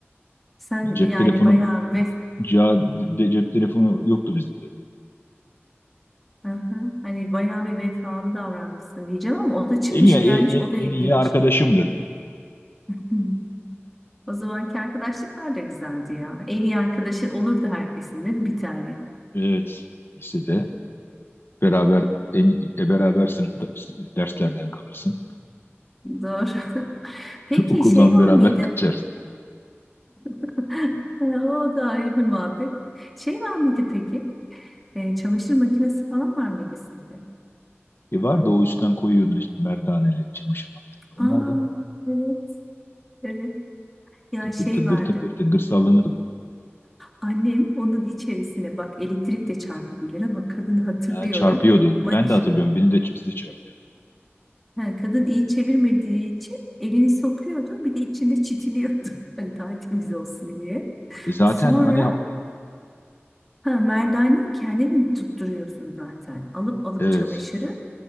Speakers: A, in the centre; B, on the left.
A: sen
B: O Cep
A: yani
B: telefonu
A: bayağı vef
B: ca- de- cep telefonu yoktu bizde. tabii.
A: Hı hı. Hani bayağı bir vefalı davranmışsın diyeceğim ama o da çıkmış
B: En iyi, en,
A: gelmiş
B: en-
A: o da ilginç.
B: en iyi arkadaşımdı.
A: Hmm. O zamanki arkadaşlıklar da güzeldi ya. En iyi arkadaşı olurdu herkesin değil mi? Bir tane.
B: Evet. Lisede beraber en, e, beraber sınıfta derslerden kalırsın.
A: Doğru. <laughs> Peki
B: <laughs> Okuldan
A: şey var
B: beraber
A: mıydı?
B: kaçarsın.
A: <laughs> O da ayrı bir muhabbet. Şey var mıydı peki? E, çamaşır makinesi falan var mıydı sizde?
B: E vardı o üstten koyuyordun işte merdaneli çamaşır makinesi. Onlardan
A: Aa,
B: vardı.
A: evet, evet. Ya
B: Tıngır
A: şey
B: tıngır
A: vardı.
B: tıngır tıngır sallanırdı.
A: Annem onun içerisine bak elektrik de çarpabilir ama kadını hatırlıyorum.
B: Ha, çarpıyordu.
A: Mak
B: Ben de hatırlıyorum. Beni de çipsi de çarpıyordu.
A: ha, kadın iyi çevirmediği için elini sokuyordu. Bir de içinde çitiliyordu. <laughs> Hani daha temiz olsun diye.
B: E zaten
A: Sonra
B: hani
A: ha, merdaneyi kendin tutturuyorsun zaten. Alıp alıp
B: evet
A: çamaşırı.